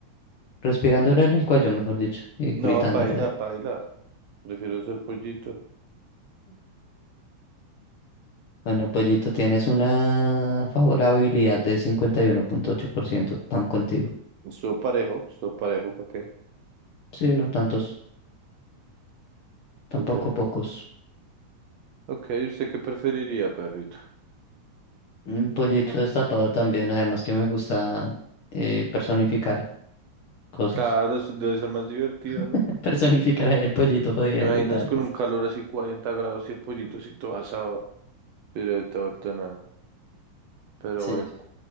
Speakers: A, on the left; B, on the right.
A: Respirándole en el cuello, mejor dicho, y
B: No,
A: gritándole.
B: paila, paila. Prefiero ser pollito.
A: Bueno, Pollito, tienes una favorabilidad de cincuenta y uno punto ocho por ciento Pan contigo.
B: Estuvo parejo, estuvo parejo, ¿para qué?
A: Sí, no tantos, tampoco
B: Pues vean.
A: pocos.
B: Ok, ¿usted qué preferiría, perrito?
A: Un pollito destapado también, además que me gusta eh, personificar cosas.
B: Claro, es- debe ser más divertido, ¿no?
A: <laughs> Personificar ahí el pollito jodiendo
B: ¿Te imaginas
A: y tal.
B: con
A: <laughs>
B: un calor así 40 grados y el pollito así todo asado? Pero ahorita, ahorita nada. Pero
A: Sí,
B: bueno,